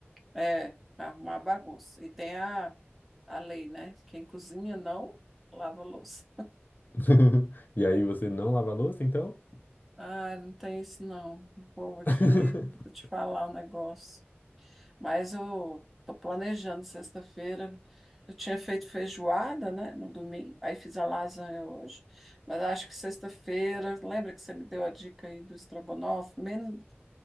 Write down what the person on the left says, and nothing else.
<laughs> E aí você não lava a louça, então?
<laughs>